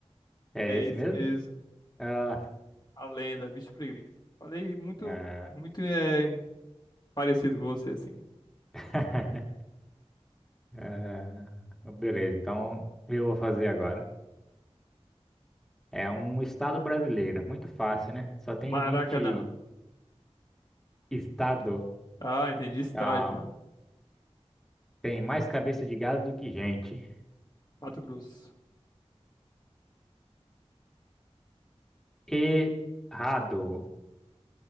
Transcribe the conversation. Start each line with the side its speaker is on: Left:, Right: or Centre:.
Centre: É
Left: É
Centre: esse
Left: esse
Centre: mesmo?
Left: mesmo.
Centre: Ah,
Left: A lenda, bicho preguiça. Falei muito,
Centre: ah,
Left: muito é, parecido com você, assim.
Centre: <laughs> ah. Beleza, então eu vou fazer agora. É um estado brasileiro, muito fácil, né? Só tem
Left: Maracanã.
Centre: vinte estado.
Left: Ah, entendi. Estádio.
Centre: Calma. Tem mais cabeça de gado do que gente.
Left: Mato Grosso.
Centre: Errado.